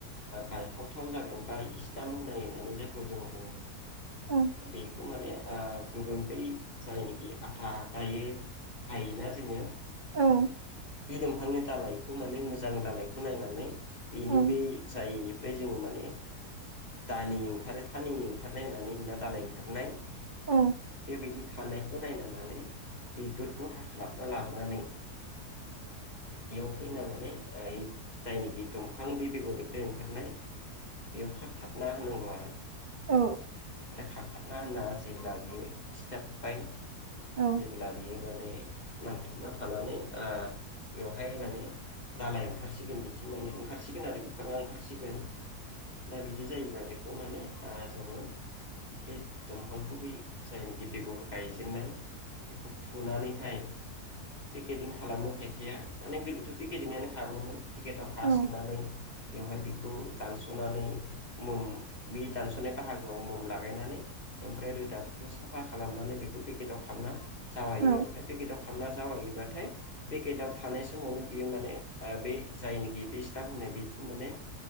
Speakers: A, on the left; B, on the right.
A: गायथावथाव जागोन बा <unintelligible> होननानै जायखौ जों बुङो।
B: औ
A: बेखौ माने ओ गुबुन बै जायनिखि आथा दायो हायोना जोङो
B: औ
A: बे दंफांनि दालाइखौ माने मोजां दालायखौ नायनानै बेनि
B: औ
A: बै जायैनिफ्राय जोङो माने दालि ओंखारो थानि ओंखारनाय होननानै ना दालाय ओंखारनाय
B: औ
A: बेबायदि थानायखौ नायना माने बिगुरखौ हाख्लाबना लाबोनानै बेयाव फैना माने ओइ जायनाखि दंफां बे बेगरनिफ्राय ओंखारनाय बेयाव खागथाबना होनांगौ आरो।
B: औ
A: आरो खाखथाबना होना जेब्ला बियो सिथाबबाय
B: औ
A: जेब्ला बियो माने नांथाबना थानानै ओ बेवहाय माने दालाय ओंखारसिगोन बिथिं माने ओंखारसिगोन आरो बिफाङा ओंखारसिगोन दा बिदि जायोब्लाा बेखौ माने ओ जोङो बे दंफांखौ ब जायनाखि बेगर गायजेनन्नाय बेखौ फुनानैहाय पेकदिं खालामनो खायफाया माने गोदोथ' पेकदिंआनो खालामोमोन। पिकेटआव हा
B: औ
A: सोनानै बेवहाय बेखौ दानस'नानै मम बे दानस'नाय बाहागोआव मम लागायनानै ओमफ्राय रोदा बेखौ साफा खालामनानै बेखौ पेकेटाव खालामना जावायो
B: औ
A: ओमफ्राय पेकेटाव खामना जावायोबाथाय बे पेकेदाव थानाय समावनो बेयो माने ओ बे जायनिखि बे सिथाब होनाय बैथिं माने